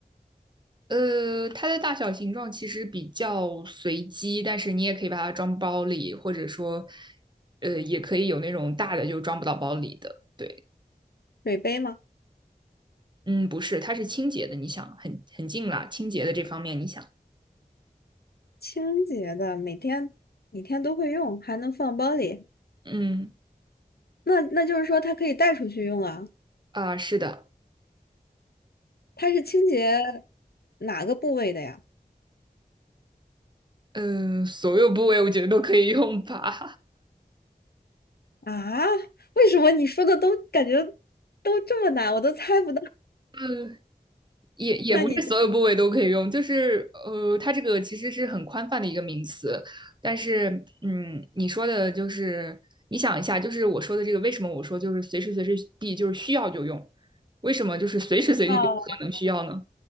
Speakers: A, on the right; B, on the left.
A: 呃，它的大小形状其实比较随机，但是你也可以把它装包里，或者说，呃，也可以有那种大的就装不到包里的。对，
B: 水杯吗？
A: 嗯，不是，它是清洁的，你想，很很近啦，清洁的这方面，你想，
B: 清洁的，每天每天都会用，还能放包里。
A: 嗯
B: 那那就是说它可以带出去用啊。
A: 啊，是的，
B: 它是清洁哪个部位的呀？
A: 嗯，所有部位我觉得都可以用吧。
B: 啊，为什么你说的都感觉都这么难，我都猜不到？<laughs>
A: <laughs> 也也不是所有部位都可以用，
B: 那你知
A: 就是呃，它这个其实是很宽泛的一个名词，但是嗯，你说的就是你想一下，就是我说的这个，为什么我说就是随时随地就是需要就用，为什么就是随时随地都可能需要呢？
B: 道